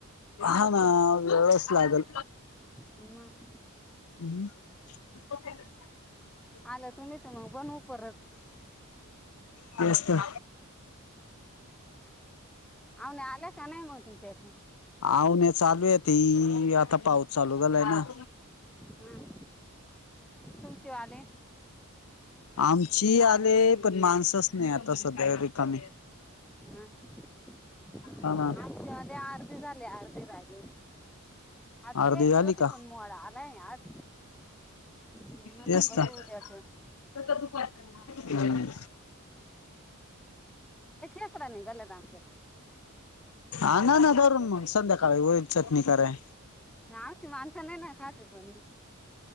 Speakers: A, on the left; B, in the centre.
A: हा ना व वेळस लागल.
B: मग
A: <unintelligible>
B: आलं तुम्ही तर मग बनवु परत.
A: तेच तर.
B: अं, नाही आल्यास का नाही? मग तुमच्याकडे.
A: अहो, मी चालू आहे ती आता पाहु. चालू झालाय ना <inaudible>
B: हं तुमचे वाले
A: आमची आले, पण माणसच नाही आता सध्या रिकामे.
B: <inaudible>
A: हा ना
B: आमचे आले अर्धे झाले, अर्धे राहिले. आज
A: अर्धी
B: घ्यायचे
A: झाली
B: होते
A: का?
B: पण मोड आलाय आज. म्हणलं
A: तेच
B: बघु
A: तर.
B: उद्याच.
A: हम्म
B: <unintelligible> निघाल्यात आमच्या.
A: आना ना भरून मग संध्याकाळी होईल चटणी कराय.
B: आमची माणस नाही न खात आहे कोणी.